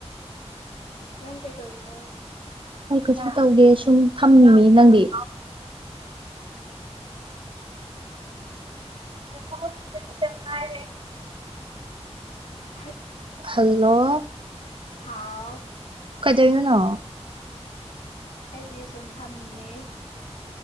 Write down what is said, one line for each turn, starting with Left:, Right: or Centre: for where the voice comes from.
Left: ꯅꯪ ꯀꯩꯗꯧꯔꯤꯅꯣ
Right: ꯑꯩ ꯀꯩꯁꯨ ꯇꯧꯗꯦ ꯁꯨꯝ ꯊꯝꯅꯤꯡꯃꯤ ꯅꯪꯗꯤ ꯅꯥ ꯍ
Left: ꯊ
Right: ꯍꯜꯂꯣ
Left: ꯍꯥꯎ
Right: ꯀꯩꯗꯧꯔꯤꯅꯣ
Left: ꯑꯩꯗꯤ ꯁ ꯐꯝꯦ